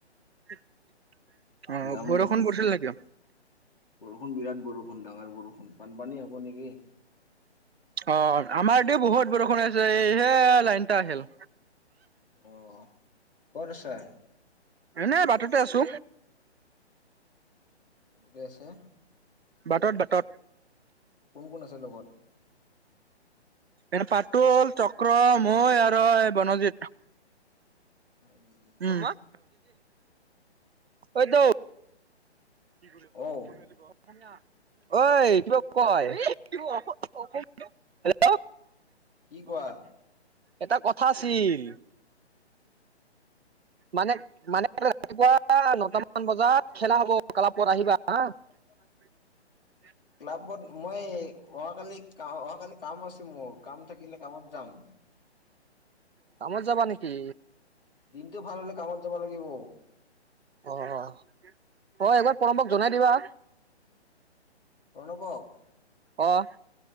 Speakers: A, on the right; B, on the left.
A: অ',
B: যাম
A: বৰষুণ পৰিছিল নেকি?
B: বৰষুণ বিৰাট বৰষুণ ডাঙৰ বৰষুণ বানপানী হ'ব নেকি!
A: অ', আমাৰ এয়াতে বহুত বৰষুণ আছে এই লাইনটা আহিল।
B: অ ক'ত আছা?
A: এনেই বাটতে আছো।
B: ক'তে আছা?
A: বাটত বাটত।
B: কোন কোন আছে লগত?
A: এ ফাটুল চক্ৰ মই আৰু এ বনজিত।
B: হয় নেকি?
A: উম, অ'। অইটো। <inaudible>
B: অঔ
A: অই <unintelligible> <inaudible>
B: কি কোৱা
A: এটা কথা আছিল। মানে মানে কালিলে ৰাতিপুৱাৰ নটা মান বজাত খেলা হ'ব।
B: <inaudible>
A: কালাপুৰত আহিবা <inaudible>
B: ক্লাবত মই অহাকালি অহাকালি কাম আছে মোৰ কাম থাকিলে কামত যাম।
A: কামত যাবা নেকি?
B: দিনটো ভাল হ'লে কামত যাব লাগিব।
A: অ', অ', এবাৰ প্ৰণৱক জনাই দিবা।
B: প্ৰণৱক?
A: অ',